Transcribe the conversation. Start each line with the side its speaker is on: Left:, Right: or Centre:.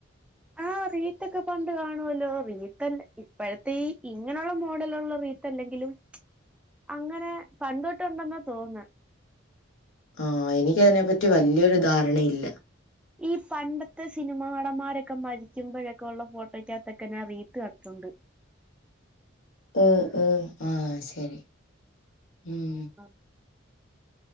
Centre: ആഹ് റീത്തൊക്കെ പണ്ട് കാണുവല്ലോ റീത്തല്ല ഇപ്പോഴത്തെ ഈ ഇങ്ങനൊള്ള മോഡലൊള്ള റീ ത്തല്ലെങ്കിലും അങ്ങനെ പണ്ടുതൊട്ടൊണ്ടെന്നാ തോന്നുന്നെ
Left: ആഹ് എനിക്കതിനെപ്പറ്റി വല്ല്യൊരു ധാരണയില്ല
Centre: ഈ പണ്ടത്തെ സിനിമാ നടന്മാരൊക്കെ മരിക്കുമ്പോഴെക്കൊള്ള ഫോട്ടോയ്ക്കാത്തൊക്കെ ഞാൻ റീത്ത് കണ്ടിട്ടുണ്ട്
Left: ഓഹ് ഓഹ് ആഹ് ശരി ഉം
Centre: ആഹ്